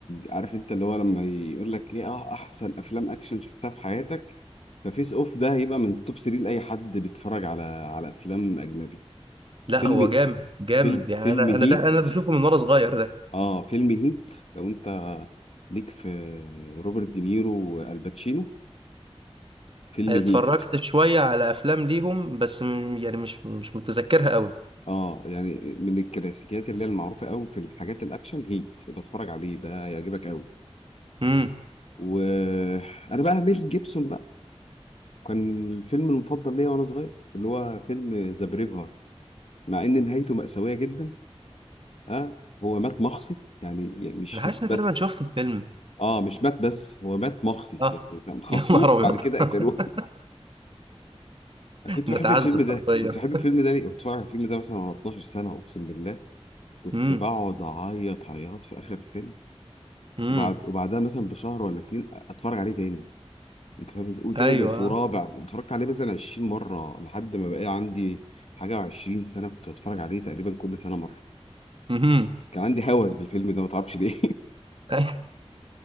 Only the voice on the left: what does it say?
عارف انت اللي هو لما يقول لك ايه اه احسن افلام اكشن شفتها في حياتك ففيس اوف ده هيبقى من توب 3 لاي حد بيتفرج على على افلام اجنبي
فيلم
فيلم
فيلم
هيت
اه فيلم هيت لو انت ليك في روبرت دينيرو والباتشينو فيلم
هيت
اه يعني من الكلاسيكيات اللي هي المعروفه قوي في الحاجات الاكشن هيت بتفرج عليه ده يعجبك قوي
وانا بقى ميل جيبسون بقى كان الفيلم المفضل ليا وانا صغير اللي هو فيلم ذا بريف هارت مع ان نهايته مأساوية جدا اه هو مات مخصي يعني يعني مش
مات
بس
اه مش مات بس هو مات مخصي
يعني كان خاصوه
بعد كده
قتلوه انا كنت
بحب الفيلم ده
كنت بحب الفيلم ده ليه؟ كنت بتفرج على الفيلم ده مثلا وانا 12 سنه اقسم بالله كنت
بقعد اعيط عياط في اخر الفيلم
وبعد وبعدها مثلا بشهر ولا اتنين اتفرج عليه تاني انت فاهم ازاي وتالت
ورابع اتفرجت عليه مثلا 20 مره لحد ما بقى عندي حاجه و20 سنه كنت بتفرج عليه تقريبا كل سنه مره
كان عندي هوس بالفيلم ده ما تعرفش ليه